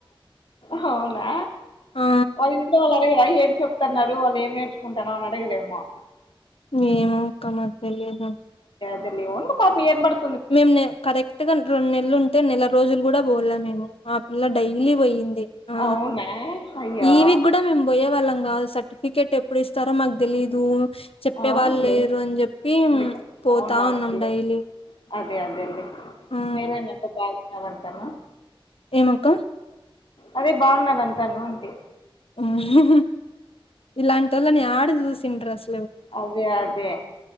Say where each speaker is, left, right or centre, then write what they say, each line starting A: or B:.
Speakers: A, on the left; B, on the left.
A: హావునా
B: ఆ
A: వాళ్ళ ఇట్లో వాళ్ళు అడగరా ఏం చెప్తున్నారు వాళ్ళు ఏం నేర్చుకుంటా అని అడిగరేమో
B: ఏమో ఒక్క మరి తెలేదు
A: దే ఊలే పాపం బడుంది
B: మేము నే కరెక్ట్ గా రెండు నెలలు ఉంటే నెల రోజులు కూడా పోోలే మేము ఆ పిల్ల డైలీ పోయింది ఆ
A: అవునా అయ్యో
B: ఈవీక్ కూడా మేము పోయే వాళ్ళం కాదు సర్టిఫికేట్ ఎప్పుడు ఇస్తారో మాకు తెలీదు చెప్పే
A: అవునులే
B: వాళ్ళు లేరు అని చెప్పి
A: అందుకే
B: పోతా
A: అవునవునులే
B: ఉన్నాం డైలీ
A: అదే అదే లే
B: ఆ
A: మేలేనే అంతా బాగున్నారు అంతాను
B: ఏమక్క
A: అదే బాన్నారు అంతాను ఆంటీ
B: ఉహు ఇలాంటోళ్ళని యాడ చూసింట్రస్
A: అదే అదే